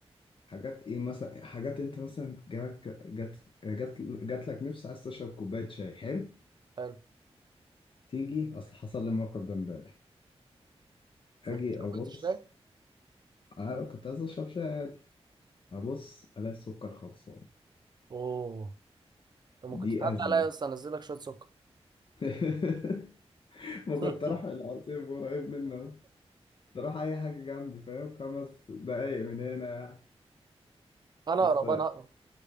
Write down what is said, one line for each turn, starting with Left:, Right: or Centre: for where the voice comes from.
Left: حاجات ايه مثلا حاجات انت مثلا جات جات جات, جات لك نفس عايز تشرب كوباية شاي حلو
Right: حلو
Left: تيجي اصل حصل لي الموقف ده امبارح اجي
Right: ما تاكلش كوباية
Left: ابص
Right: الشاي
Left: أنا كنت عايز أشرب شاي عادي أبص ألاقي السكر خلصان
Right: اوه انت
Left: دي
Right: ممكن تتعدى
Left: أزمة
Right: عليا يا اسطى انزل لك شوية سكر
Left: <laughs> ما
Right: <laughs>
Left: كنت أروح العصير قريب منه أروح أي حاجة جنبي فاهم خمس دقايق من هنا
Right: انا
Left: بس
Right: اقرب انا اقرب